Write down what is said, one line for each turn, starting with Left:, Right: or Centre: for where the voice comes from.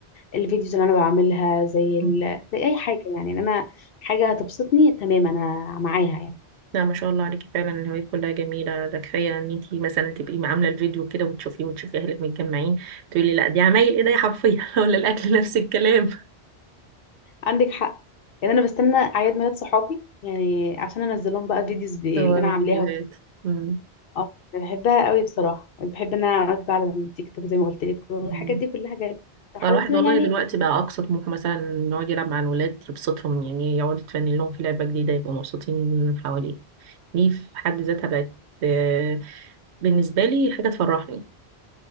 Left: الفيديوز اللي انا بعملها زي ال...
Right: مم.
Left: زي اي حاجة يعني ان انا حاجة هتبسطني تمام انا معاها يعني
Right: لا ما شاء الله عليكي فعلا الهوايات كلها جميلة ده كفاية ان انتي مثلا تبقي عاملة الفيديو كده وتشوفي وتشوفي اهلك متجمعين تقولي لا دي عمايل ايديا حرفيا <laughs> ولا الاكل نفس الكلام
Left: عندك حق يعني انا بستنى اعياد ميلاد صحابي يعني عشان انزلهم بقى فيديوز ب- اللي
Right: صور
Left: انا
Right: وفيديوهات
Left: عاملاها
Right: مم.
Left: اه أنا بحبها قوي بصراحه بحب ان انا اقعد بقى على التيك توك زي ما قلت لك والحاجات
Right: مم.
Left: دي كلها جايه تحفظ
Right: هو الواحد
Left: يعني
Right: والله دلوقتي بقى اقصى طموحه مثلا إنه يقعد يلعب مع الولاد يبسطهم يعني يقعد يتفنن لهم في لعبة جديدة يبقوا مبسوطين حواليه دي في حد ذاتها بقت آه، بالنسبة لي حاجة تفرحني